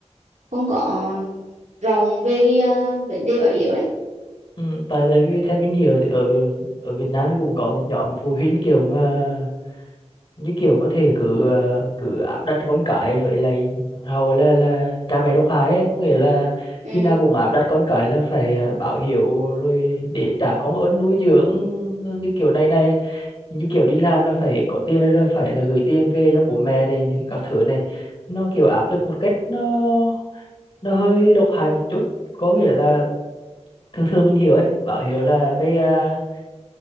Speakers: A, on the right (about 85°); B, on the left (about 50°).
A: không có rộng về cái ờ, vấn đề bảo hiểm đấy
B: ừ, tại tại vì theo mình hiểu thì ở ở Việt Nam thì cũng có một nhóm phụ huynh kiểu mà như kiểu có thể cứ ờ, cứ áp đặt con cái vậy là họ gọi là là cha mẹ độc hại ấy. Có nghĩa là
A: ừ.
B: khi nào cũng áp đặt con cái là phải ờ, báo hiếu rồi để trả công ơn nuôi dưỡng ờ, như kiểu này này như kiểu đi làm là phải có tiền hay là phải là gửi tiền về cho bố mẹ này thì các thứ này nó kiểu áp lực một cách nó nó hơi độc hại một chút có nghĩa là thường thường mình hiểu ấy bảo hiểu là cái à,